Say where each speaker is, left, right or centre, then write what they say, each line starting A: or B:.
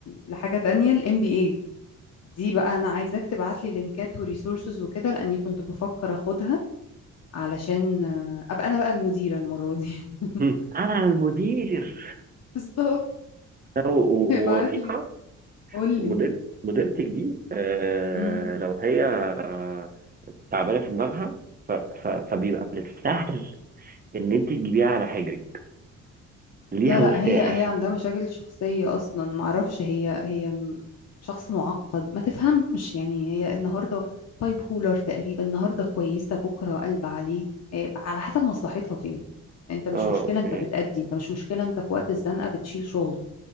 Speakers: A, on the left (about 55°); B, on the right (about 30°).
A: لحاجة تانية ال MBA دي بقى انا عايزاك تبعت لي لينكات وريسورسز وكده لاني كنت بفكر اخدها علشان آه، ابقى انا بقى المديرة المرة دي <laughs>
B: <laughs> انا المدير
A: بالظبط
B: و- و-
A: ابعت
B: ورفيقه
A: لي قول
B: مدير
A: لي
B: مديرتك دي آه
A: امم
B: لو هي آه تعبانه في دماغها ف- ف- فبيبقى من السهل ان انت تجيبيها على حجرك ليها
A: لا لا
B: مفتاح
A: هي هي عندها مشاكل شخصية اصلا معرفش هي هي م- شخص معقد ما تفهمش يعني هي النهاردة بايب هولر تقريبا النهاردة كويسة بكرة قلب عليك إيه، على حسب مصلحتها فين انت مش
B: اه
A: مشكلة
B: اوكي
A: انت بتأدي انت مش مشكلة انت في وقت الزنقة بتشيل شغل